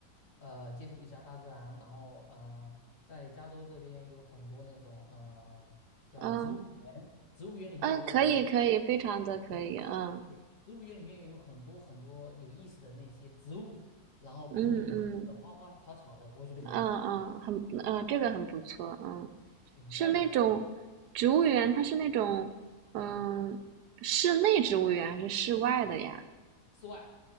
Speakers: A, on the left (about 50°); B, on the right (about 80°).
A: 呃，接触一下大自然，然后呃，在加州这边有很多那种呃叫植物园，
B: 啊，嗯
A: 植物园里面有很多。
B: 嗯，可以可以，非常的可以，
A: 对。
B: 嗯
A: 对，植物园里面有很多很多有意思的那些植物，然后不同的颜色，
B: 嗯嗯
A: 花花草草的，我觉得挺好，
B: 嗯嗯，很嗯，这个很不错，嗯，
A: 也很漂亮的。
B: 是那种植物园，它是那种嗯室内植物园还是室外的呀？
A: 嗯，室外，